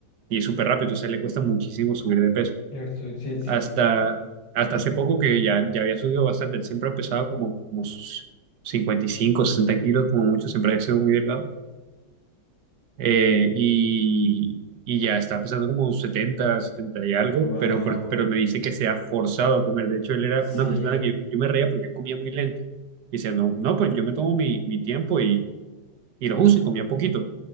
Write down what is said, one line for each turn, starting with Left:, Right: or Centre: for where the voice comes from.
Right: y es súper rápido, entonces le cuesta muchísimo subir de peso.
Left: ¿Cierto? Sí, sí.
Right: Hasta, hasta hace poco que ya, ya había subido bastante, él siempre ha pesado como, como sus 55, 60 kilos como mucho, siempre ha sido muy delgado eh, y, y ya está pesando como 70 70 y algo,
Left: Wow.
Right: pero, por- pero me dice que se ha forzado a comer. De hecho, él era una
Left: Sí,
Right: persona que yo, yo me reía porque él comía muy lento. Y decía, no, no, pues yo me tomo mi, mi tiempo y, y los uso y comía poquito.